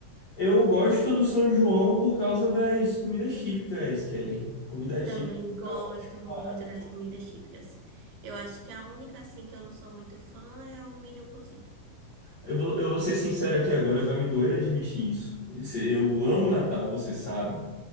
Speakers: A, on the left; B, on the right.
A: Eu gosto do São João por causa das comidas típicas, Kelly. Comida típica.
B: Também gosto
A: Eu acho
B: muito
A: mara-
B: das comidas típicas. Eu acho que a única, assim, que eu não sou muito fã é o milho cozido.
A: eu vou, eu vou ser sincero aqui agora, vai me doer admitir isso. Isso, Eu amo Natal, você sabe,